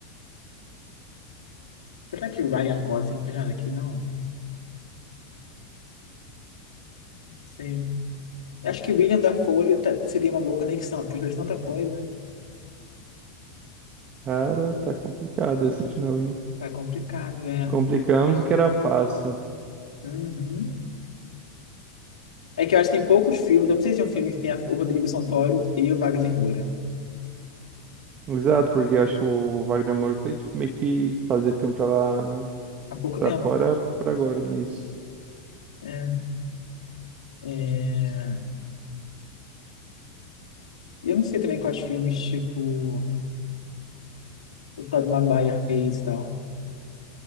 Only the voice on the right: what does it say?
Cara, tá complicado esse de novo, hein?
Complicamos o que era fácil.
Exato, porque eu acho que o Wagner Moura foi tipo, meio que fazer filme pra lá.
Pra
fora por agora nisso.